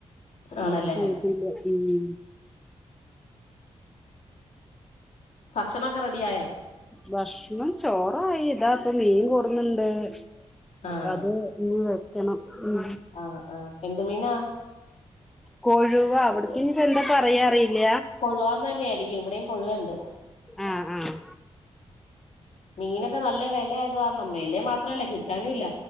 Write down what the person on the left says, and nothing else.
ആണല്ലേ
ഭക്ഷനൊക്കെ റെഡി ആയോ
ആഹ്
ആഹ് ആഎന്ത് മീനാ
കൊഴുവാന്നന്നായിരിക്കും ഇവിടെയും കൊഴുവണ്ട്
മീനൊക്കെ നല്ല വെല കാരണം മേലെ മാത്രമല്ല കിട്ടാനുംല്ല